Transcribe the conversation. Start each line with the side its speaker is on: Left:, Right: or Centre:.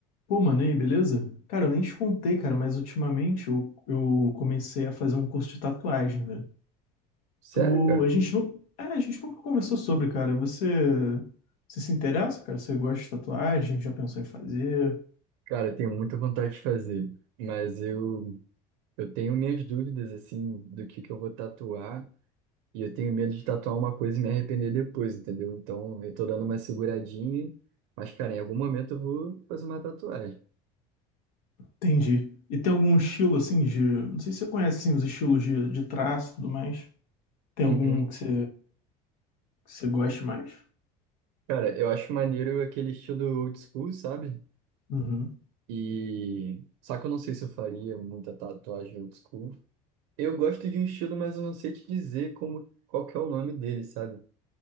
Left: Pô, mano, e aí, beleza? Cara, eu nem te contei, cara, mas ultimamente eu, eu comecei a fazer um curso de tatuagem, velho.
Right: Sério,
Left: Tu,
Right: cara?
Left: a gente não, é, a gente nunca conversou sobre, cara. Você, você se interessa, cara? Você gosta de tatuagem? Já pensou em fazer?
Right: Cara, eu tenho muita vontade de fazer, mas eu, eu tenho minhas dúvidas, assim, do que que eu vou tatuar, e eu tenho medo de tatuar uma coisa e me arrepender depois, entendeu? Então, eu tô dando uma seguradinha, mas, cara, em algum momento eu vou fazer uma tatuagem.
Left: Entendi. E tem algum estilo assim de, não sei se você conhece assim, os estilos de, de traço e tudo mais. Tem
Right: Uhum.
Left: algum que você, que você goste mais?
Right: Cara, eu acho maneiro aquele estilo old school, sabe?
Left: Uhum,
Right: E... Só que eu não sei se eu faria muita tatuagem old school. Eu gosto de um estilo, mas eu não sei te dizer como, qual que é o nome dele, sabe?